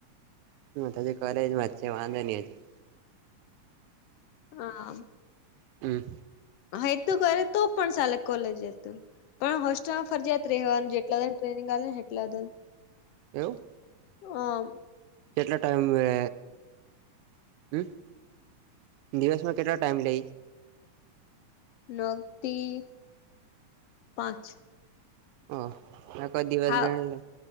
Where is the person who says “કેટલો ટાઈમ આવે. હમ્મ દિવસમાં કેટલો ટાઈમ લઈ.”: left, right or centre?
Right